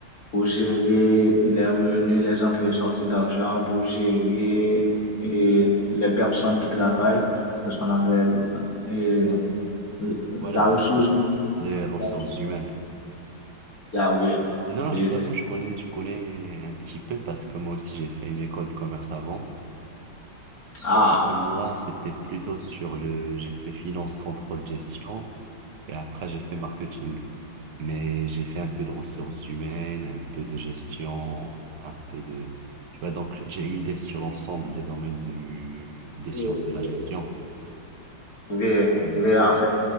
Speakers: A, on the left; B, on the right.
A: pour gérer les revenus, les entrées et sorties d'argent, pour gérer et les personnes qui travaillent, c'est ce qu'on appelle et, la
B: Voilà, effectivement.
A: ressource. La
B: Les ressources
A: ressource-
B: humaines.
A: Ah oui,
B: Non, non,
A: oui,
B: je t'avoue,
A: c'est ça.
B: je connais, je connais un petit peu parce que moi aussi j'ai fait une école de commerce avant. Sauf
A: Ah,
B: que moi, c'était plutôt sur le, j'ai fait finance, contrôle, gestion et après j'ai fait marketing. Mais j'ai fait un peu de ressources humaines, un peu de gestion, un peu de, tu vois, donc j'ai une idée sur l'ensemble des domaines du, des
A: oui,
B: sciences de
A: oui.
B: la gestion.
A: Oui,
B: Mm.
A: oui, en fait,